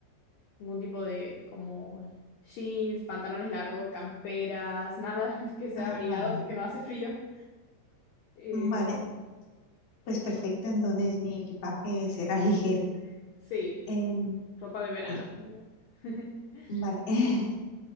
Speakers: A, on the left; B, on the left.
A: ningún tipo de como jeans, pantalones largos, camperas, nada <laughs> que sea
B: Ah,
A: abrigado
B: vale, vale.
A: porque no hace frío. Eh,
B: Vale, Pues perfecto,
A: entonces,
B: entonces mi
A: sí,
B: equipaje será <laughs> ligero.
A: Sí,
B: Em,
A: ropa de verano,
B: mm,
A: digamos. <laughs>
B: vale. <laughs>